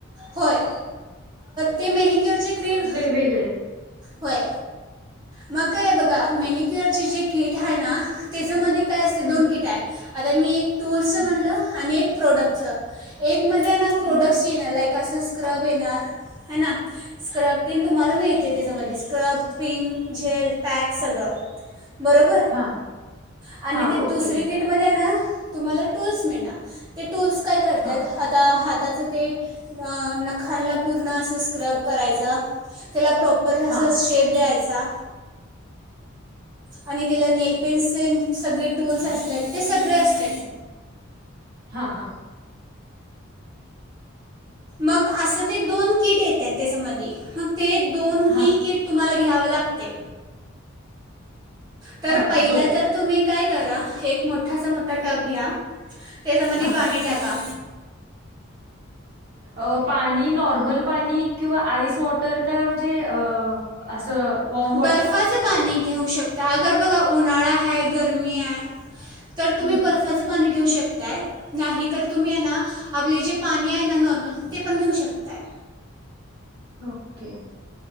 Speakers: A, on the right; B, on the right.
A: होय. ते मेनिक्युअरचे क्रीम-
B: वेगळे.
A: होय. मग काय हे बघा, मेनिक्युअरचे जे कीट आहे ना? त्याच्यामध्ये काय असते. दोन
B: हं,
A: किटा आहे आता मी एक टूल्सच
B: हं,
A: म्हणलं आणि एक प्रोडक्टचं. एकमध्ये ना प्रोडक्ट्स
B: हं.
A: येणार लाईक असं स्क्रब येणार है ना? स्क्रब- ते तुम्हाला मिळते त्याच्यामध्ये स्क्रब, क्रिम, जेल, पॅक सगळं. बरोबर.
B: हां,
A: आणि
B: हां,
A: ती
B: ओके.
A: दुसरी- किटमध्ये आहे ना तुम्हाला टूल्स मिळणार. ते टूल्स काय करतात?
B: हां,
A: हाता - आता हाताचं ते नखांला पूर्ण असं स्क्रब करायचा. त्याला प्रॉपर असा
B: हां,
A: शेप द्यायचा.
B: <inaudible>
A: आणि त्याला नेल पेन्स सेम सगळे टूल्स असतात ते सगळे असत.
B: हा हा
A: मग आसं ते दोन किट येत्यात त्याचमधी म ते दोन
B: हां,
A: ही किट तुम्हाला घ्यावं लागते. तर
B: हां,
A: पहिलं
B: बरं.
A: तर तुम्ही काय करा एक मोठासा मोठा टप घ्या. त्याजामध्ये
B: हां,
A: पाणी टाका.
B: अ पाणी नॉर्मल पाणी किंवा आईस वॉट तर का म्हणजे अ असं वॉर्म वॉटर?
A: बर्फाचं पाणी घेऊ शकता अगर बघा उन्हाळा हाय गरमी आयं तर तुम्ही
B: हं,
A: बर्फाचं पाणी घेऊ शकताय. नाही तर तुम्ही हाय ना आपले जे पाणी आहे ना नॉर्मल ते पण घेऊ शकताय.
B: ओके.